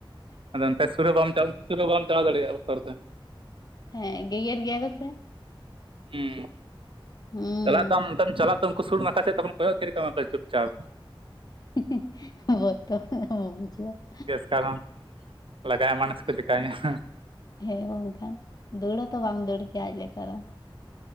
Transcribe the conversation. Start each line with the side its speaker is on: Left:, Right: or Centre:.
Right: ᱟᱫᱚ ᱚᱱᱛᱮ ᱥᱩᱨ ᱦᱚ ᱵᱟᱢ ᱥᱩᱨᱟ ᱦᱚ ᱵᱟᱢ ᱪᱟᱞᱟᱣ ᱫᱟᱲᱮᱜᱼᱟ ᱵᱚᱛᱚᱨ ᱛᱮ ᱾
Left: ᱦᱮᱸ ᱜᱮᱜᱮᱨ ᱜᱮᱭᱟ ᱠᱚ ᱥᱮ ᱾
Right: ᱦᱮᱸ
Left: ᱦᱩᱸ
Right: ᱪᱟᱞᱟᱜ ᱛᱟᱢ ᱚᱱᱛᱮᱢ ᱪᱟᱞᱟᱜ ᱛᱚ ᱩᱱᱠᱩ ᱥᱩᱨ ᱱᱟᱠᱷᱟᱡ ᱥᱮ ᱛᱚᱠᱷᱚᱱ ᱠᱚᱭᱚᱜ ᱛᱷᱤᱨ ᱠᱟᱢᱟ ᱠᱚ ᱪᱩᱯ ᱪᱟᱯ ᱾
Left: <unintelligible> ᱵᱚᱛᱚᱨ ᱮᱢ ᱵᱩᱡᱷᱟᱹᱣᱟ ᱾
Right: ᱠᱟᱨᱚᱱ, ᱞᱟᱜᱟ ᱮᱢᱟᱱᱟ ᱥᱮ ᱠᱚ ᱪᱮᱠᱟᱹᱧᱟ ᱾
Left: ᱦᱮᱸ ᱵᱟᱝᱠᱷᱟᱱ ᱫᱟᱹᱲ ᱦᱚᱛᱚ ᱵᱟᱢ ᱫᱟᱹᱲ ᱠᱮᱭᱟ ᱟᱡ ᱞᱮᱠᱟ ᱫᱚ